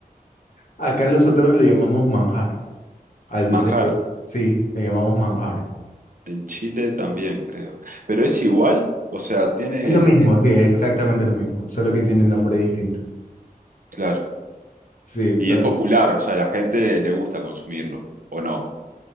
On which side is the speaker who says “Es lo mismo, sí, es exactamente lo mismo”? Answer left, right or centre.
Left